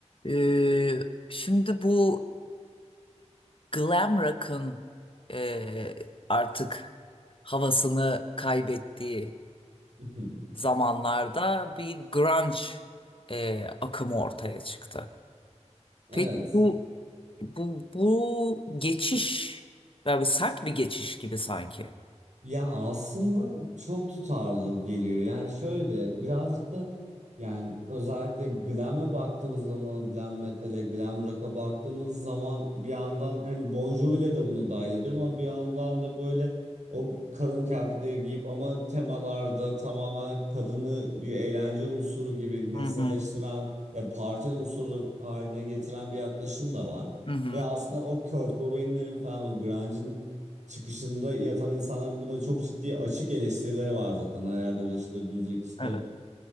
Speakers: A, on the left; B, on the right.
A: Ee, şimdi bu glam rock'ın e, artık havasını kaybettiği
B: Mhm.
A: zamanlarda bir grunge e, akımı ortaya çıktı. Peki
B: Evet.
A: bu bu bu geçiş yani sert bir geçiş gibi sanki.
B: Ya aslında çok tutarlı geliyor. Yani şöyle birazcık da yani özellikle glam'e baktığımız zaman glam metal'e, glam rock'a baktığımız zaman bir yandan hani Bon Jovi'le de bunu dahil ediyorum ama bir yandan da böyle o kadın kıyafetleri giyip ama temalarda tamamen kadını bir eğlence unsuru gibi nesneleştiren
A: Hı hı.
B: ve parti unsuru haline getiren bir yaklaşım da var.
A: Hı hı.
B: Ve aslında o Kurt Cobain'lerin falan o grunge'ın çıkışında yatan insanların buna çok ciddi açık eleştirileri var zaten. Her yerde ulaşılabilecek işte
A: Evet.